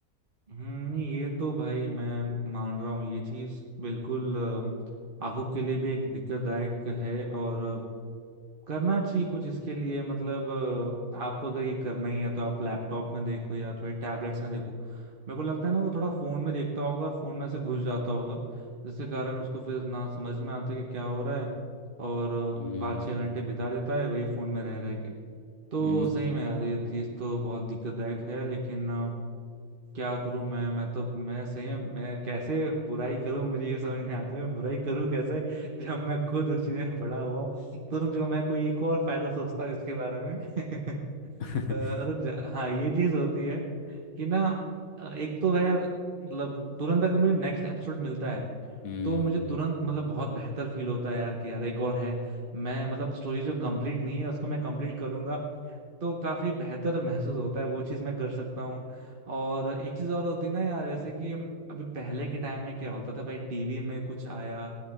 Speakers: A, on the right (about 40°); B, on the left (about 80°).
A: हम्म नहीं, ये तो भाई मैं मान रहा हूँ ये चीज बिल्कुल अ, आंखों के लिए भी एक दिक्कतदायक है और अ, करना चाहिए कुछ इसके लिए मतलब अ, आपको अगर ये करना ही है तो आप लैपटॉप में देखो या थोड़े टैबलेट्स में देखो मेरे को लगता है ना वो थोड़ा फोन में देखता होगा और फोन में ऐसे घुस जाता होगा जिसके कारण उसको फिर ना समझ में आता कि क्या हो रहा है और अ,
B: हम्म
A: पाँच छः घंटे बिता देता है वही फोन में रह रह के तो
B: हम्म
A: सही में यार ये चीज तो बहुत दिक्कतदायक है लेकिन अ, क्या करूं मैं मैं तो मैं सही में मैं कैसे बुराई करूं मुझे ये समझ में आता है मैं बुराई करूं कैसे जब मैं खुद उस चीज में पड़ा हुआ हूं तो रुक जाओ मैं कोई एक और फायदा सोचता हूँ इसके बारे में <laughs> अ,
B: <laughs>
A: रुक जा हाँ ये चीज होती है कि ना अ, एक तो वह यार मतलब तुरंत अगर मुझे नेक्स्ट एपिसोड मिलता है
B: हम्म
A: तो मुझे तुरंत मतलब बहुत बेहतर फील होता है यार कि यार एक और है मैं मतलब स्टोरी जो कंप्लीट नहीं है उसको मैं कंप्लीट करूंगा तो काफी बेहतर महसूस होता है वो चीज मैं कर सकता हूँ और एक चीज और होती है ना यार जैसे कि अभी पहले के टाइम में क्या होता था भाई टीवी में कुछ आया